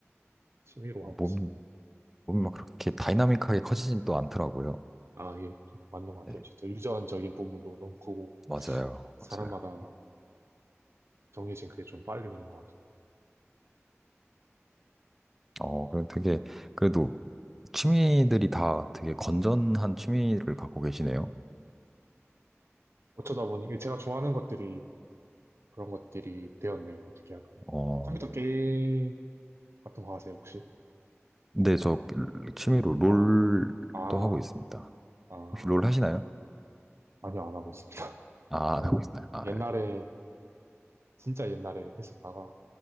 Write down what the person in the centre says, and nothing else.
몸이,
몸이 막 그렇게 다이나믹하게 커지진 또 않더라고요.
네.
맞아요.
맞아요.
어, 그럼 되게, 그래도 취미들이 다 되게 건전한 취미를 갖고 계시네요.
어,
근데 저 그 취미로 롤도
하고 있습니다.
혹시 롤 하시나요?
아,
안 하고 있나요? 아,